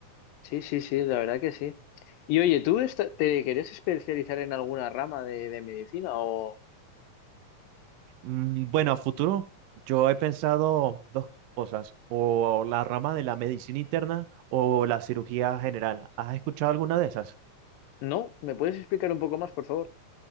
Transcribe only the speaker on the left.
Sí, sí, sí, la verdad que sí. Y oye, ¿tú esta- te querías especializar en alguna rama de, de medicina o
no? ¿Me puedes explicar un poco más, por favor?